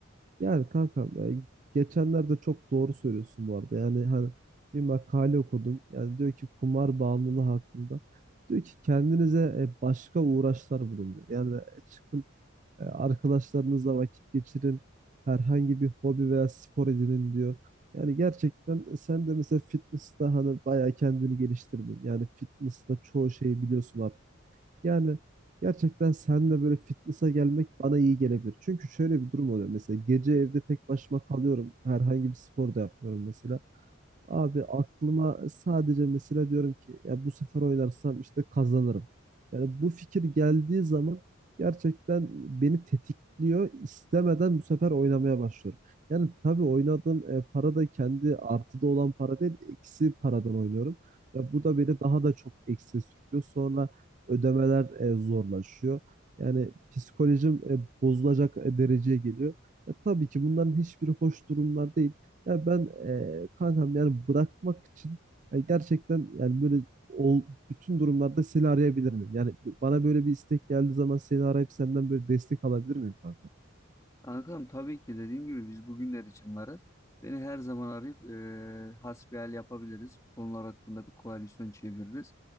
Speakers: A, on the right; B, on the left.
A: Yani kanka e, geçenlerde çok doğru söylüyorsun bu arada. Yani hani bir makale okudum. Yani diyor ki kumar bağımlılığı hakkında. Diyor ki kendinize e, başka uğraşlar bulun diyor. Yani e, çıkın e, arkadaşlarınızla vakit geçirin. Herhangi bir hobi veya spor edinin diyor. Yani gerçekten e, sen de mesela fitness'ta hani bayağı kendini geliştirdin. Yani fitness'ta çoğu şeyi biliyorsun artık. Yani gerçekten seninle böyle fitness'a gelmek bana iyi gelebilir. Çünkü şöyle bir durum oluyor. Mesela gece evde tek başıma kalıyorum. Herhangi bir spor da yapmıyorum mesela. Abi aklıma sadece mesela diyorum ki ya bu sefer oynarsam işte kazanırım. Yani bu fikir geldiği zaman gerçekten beni tetikliyor. İstemeden bu sefer oynamaya başlıyorum. Yani tabii oynadığım e, para da kendi artıda olan para değil, eksi paradan oynuyorum. Ya bu da beni daha da çok eksiye sürüklüyor. Sonra ödemeler e, zorlaşıyor. Yani psikolojim e, bozulacak e, dereceye geliyor. Ya tabii ki bunların hiçbiri hoş durumlar değil. Yani ben e, kankam yani bırakmak için yani gerçekten yani böyle ol, bütün durumlarda seni arayabilir miyim? Yani bana böyle bir istek geldiği zaman seni arayıp senden böyle destek alabilir miyim kanka?
B: Kankam tabii ki dediğim gibi biz bugünler için varız. Beni her zaman arayıp e, hasbihal yapabiliriz. Bu konular hakkında bir koalisyon çeviririz.